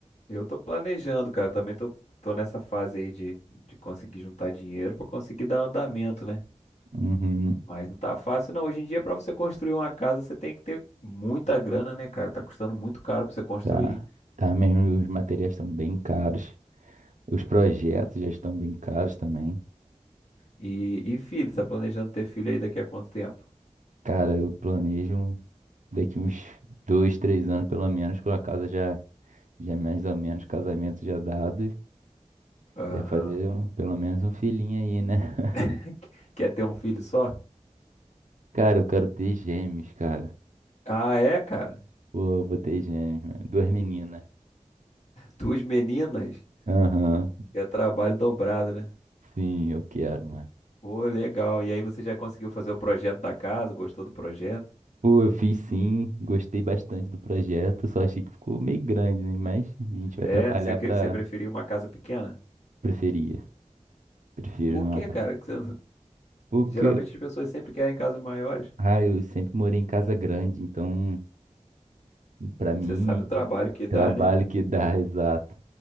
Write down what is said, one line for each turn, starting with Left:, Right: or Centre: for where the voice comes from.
Left: Eu tô planejando, cara. Também tô, tô nessa fase aí de, de conseguir juntar dinheiro pra conseguir dar andamento, né?
Right: Uhum,
Left: Mas não tá fácil, não. Hoje em dia, pra você construir uma casa, você tem que ter muita grana, né, cara? Tá custando muito caro pra você construir.
Right: tá. Tá mesmo, os materiais estão bem caros. Os projetos já estão bem caros também.
Left: E, e filho, tá planejando ter filho aí daqui a quanto tempo?
Right: Cara, eu planejo. um Daqui uns dois, três anos, pelo menos, com a casa já, já mais ou menos, casamento já dado,
Left: Aham.
Right: já fazer um- pelo menos um filhinho aí, né? <laughs>
Left: <laughs> Quer ter um filho só?
Right: Cara, eu quero ter gêmeos, cara.
Left: Ah, é, cara.
Right: Pô, eu vou ter gêmeos, mano. Duas meninas.
Left: Duas meninas.
Right: Aham.
Left: É trabalho dobrado, né?
Right: Sim, eu quero, mano.
Left: Pô, legal. E aí você já conseguiu fazer o projeto da casa? Gostou do projeto?
Right: Pô, eu fiz sim, gostei bastante do projeto, só achei que ficou meio grande, né? Mas a gente vai
Left: É,
Right: trabalhar
Left: você, que-
Right: pra
Left: você preferiu uma casa pequena?
Right: preferia. Prefiro
Left: Por
Right: uma
Left: quê,
Right: casa.
Left: cara? Que você <laughs> não-
Right: Porque,
Left: Geralmente as pessoas sempre querem casas maiores.
Right: ah, eu sempre morei em casa grande, então Para mim,
Left: Você sabe o trabalho que dá,
Right: trabalho
Left: né?
Right: que dá, <laughs> exato.